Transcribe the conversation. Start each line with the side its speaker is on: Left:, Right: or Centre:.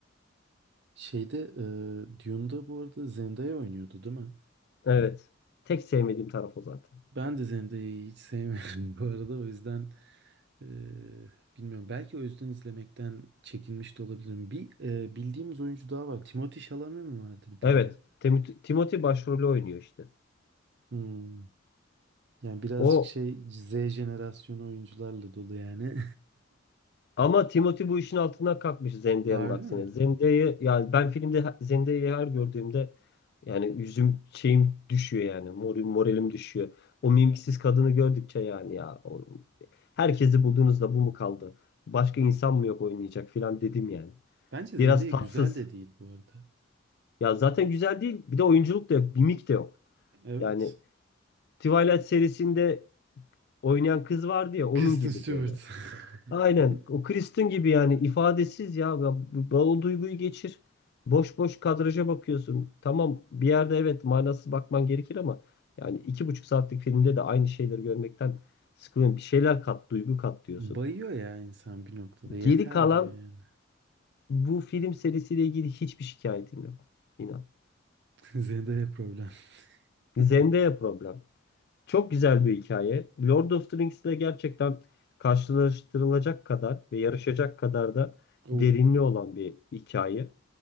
Right: Şeyde e, Dune'da bu arada Zendaya oynuyordu değil mi?
Left: Evet. Tek sevmediğim taraf o zaten.
Right: Ben de Zendaya'yı hiç sevmiyorum <laughs> bu arada o yüzden e, bilmiyorum. Belki o yüzden izlemekten çekinmiş de olabilirim. Bir e, bildiğimiz oyuncu daha var. Timothée Chalamet mi vardı bir de
Left: Evet.
Right: ya?
Left: Tim- Timothy başrolü oynuyor işte.
Right: Hmm. Yani birazcık
Left: O
Right: şey Z jenerasyonu oyuncularla dolu yani.
Left: ama Timothy bu işin altından kalkmış Zendaya'nın
Right: <laughs> Harbi
Left: aksine.
Right: mi?
Left: Zendaya yani ben filmde he- Zendaya'yı her gördüğümde yani yüzüm şeyim düşüyor yani. Moralim, moralim düşüyor. O mimsiz kadını gördükçe yani ya o, herkesi bulduğunuzda bu mu kaldı? Başka insan mı yok oynayacak filan dedim yani.
Right: Bence Zendaya
Left: Biraz tatsız.
Right: güzel de değil bu arada.
Left: Ya zaten güzel değil. Bir de oyunculuk da yok. Mimik de yok.
Right: Evet.
Left: Yani Twilight serisinde oynayan kız vardı ya onun
Right: Kristen
Left: gibi
Right: Stewart.
Left: böyle.
Right: <laughs>
Left: Aynen o Kristen gibi yani ifadesiz ya. Ya bu- bu- O duyguyu geçir. Boş boş kadraja bakıyorsun. Tamam bir yerde evet manasız bakman gerekir ama yani iki buçuk saatlik filmde de aynı şeyleri görmekten sıkılıyorum. Bir şeyler kat, duygu kat diyorsun.
Right: Bayıyor ya insan bir noktada. Yeter
Left: Geri kalan
Right: diyor yani.
Left: bu film serisiyle ilgili hiçbir şikayetim yok. İnan.
Right: <laughs> Zendaya problem. <laughs>
Left: Zendaya problem. Çok güzel bir hikaye. Lord of the Rings ile gerçekten karşılaştırılacak kadar ve yarışacak kadar da
Right: Oh.
Left: derinliği olan bir hikaye.